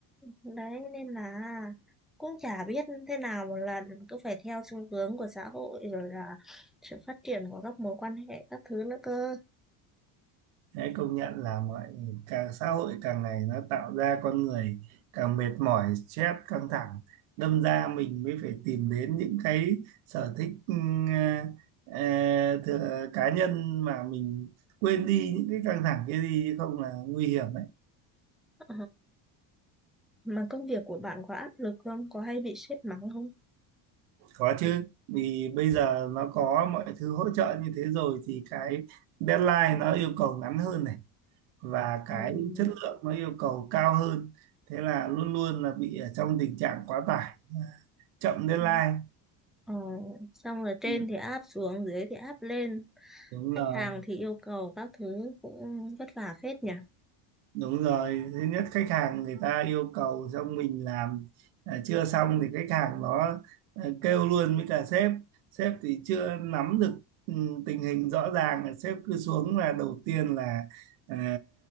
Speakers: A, in the centre; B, on the right (about 85°).
A: đấy nên là cũng chả biết thế nào một lần cứ phải theo xu hướng của xã hội rồi là sự phát triển của các mối quan hệ các thứ nữa cơ
B: Thế công nhận là mọi càng xã hội càng ngày nó tạo ra con người càng mệt mỏi, stress, căng thẳng. Đâm ra mình mới phải tìm đến những cái sở thích ừm, ờ, ờ, thừa, cá nhân mà mình quên đi những cái căng thẳng kia đi chứ không là nguy hiểm đấy.
A: Ờ, mà công việc của bạn có áp lực không có hay bị sếp mắng không
B: Có chứ, vì bây giờ nó có mọi thứ hỗ trợ như thế rồi thì cái deadline nó yêu cầu ngắn hơn này và cái
A: ừ.
B: chất lượng nó yêu cầu cao hơn. Thế là luôn luôn là bị ở trong tình trạng quá tải, chậm deadline.
A: ừ. Ờ, xong rồi trên
B: Ừ,
A: thì áp xuống dưới thì áp lên
B: đúng
A: khách
B: rồi.
A: hàng thì yêu cầu các thứ cũng vất vả phết nhỉ
B: Đúng rồi, thứ nhất khách hàng người ta yêu cầu xong mình làm à, chưa xong thì khách hàng nó à, kêu luôn với cả sếp. Sếp thì chưa nắm được ừ, tình hình rõ ràng là sếp cứ xuống là đầu tiên là à,